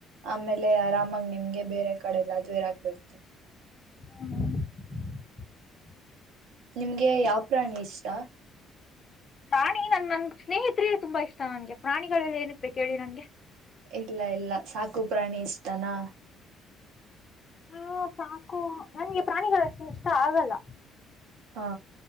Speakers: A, on the right (about 65°); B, on the left (about 40°).
A: ಆಮೇಲೆ ಆರಾಮಾಗ ನಿಮ್ಗೆ ಬೇರೆ ಕಡೆಲ್ಲಾದ್ರು ಇರಕ್ ಬಿಡ್ತಾರೆ
B: ಹ್ಮ.
A: ನಿಮ್ಗೆ ಯಾವ್ ಪ್ರಾಣಿ ಇಷ್ಟ.
B: ಪ್ರಾಣಿ ನನ್ ನನ್ಗೆ ಸ್ನೇಹಿತರಲ್ಲಿ ತುಂಬಾ ಇಷ್ಟ ನಂಗೆ ಪ್ರಾಣಿಗಳೆಗಳಲ್ಲಿ ಏನ ಬೇಳಿ ನನ್ಗೆ.
A: ಇಲ್ಲ ಇಲ್ಲ ಸಾಕು ಪ್ರಾಣಿ ಇಷ್ಟನಾ.
B: ಹಾ ಸಾಕು ನನ್ಗೆ ಪ್ರಾಣಿಗಳಷ್ಟು ಇಷ್ಟ ಆಗಲ್ಲ.
A: ಹಾ.